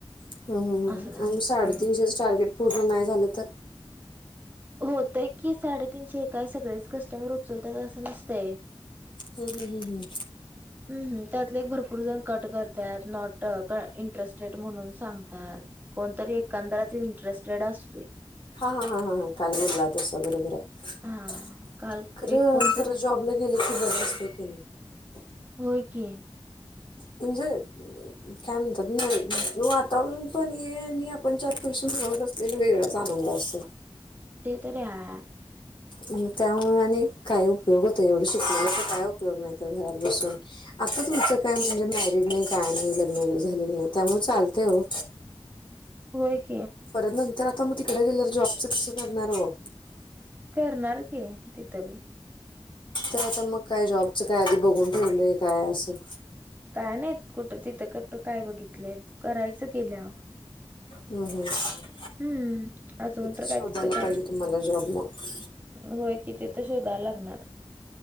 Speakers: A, on the left; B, on the right.
A: हं, हं,
B: असं झालं
A: आणि साडेतीनशेच
B: हम्म.
A: टार्गेट पूर्ण नाही झालं तर?
B: होतय की साडेतीनशे काय सगळेच कस्टमर उचलतात असं नसतंय.
A: हम् हम हम हम्.
B: ह्म त्यातले भरपूर जण कट करतात नॉट इंटरेस्टेड म्हणून सांगतात कोणतरी ए इंटरेस्टड असतय.
A: ह ह ह काल बोला तस बरोबर आहे
B: हा काल
A: खरं
B: एक कोणतरी
A: तर जॉबला गेलं की बर असत्य, <unintelligible>
B: होय की,
A: म्हणजे काय म्हणतात वातावरण पण ये आणि आपण चार पैशात मिळवत असलेला वेगळाच आनंद असतोय.
B: ते तर रहा ह
A: मग त्यामुळे आणि काही उपयोग होतो एवढं शिकलेला तर काय उपयोग नाही तर घरात बसून आता तुमचं काय म्हणजे मॅरिड नाही काय नाही लग्न वगैर झालेलं नाही त्यामुळे चालते हो,
B: हो की
A: परत नंतर आता मग तिकडे गेल्यावर जॉबचं कसं करणार हो?
B: करणार की तिथबी,
A: तर आता मग काय जॉबचं काय आधी बघून ठेवलंय काय असं?
B: काय नाही कुठं तिथं कटत काय बघितलं करायचं गेल्या वर.
A: हम् हम्म.
B: हम्म अजून तर
A: शोधायला
B: काय तिथं काय,
A: पाहिजे तुम्हाला जॉब मग
B: होय कि त <unintelligible> शोधा लागणार,